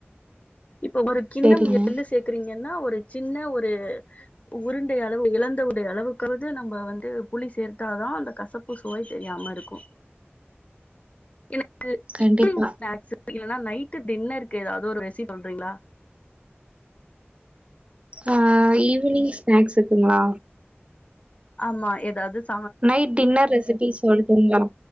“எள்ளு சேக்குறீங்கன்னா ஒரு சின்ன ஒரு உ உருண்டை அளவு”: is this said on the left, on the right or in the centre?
Left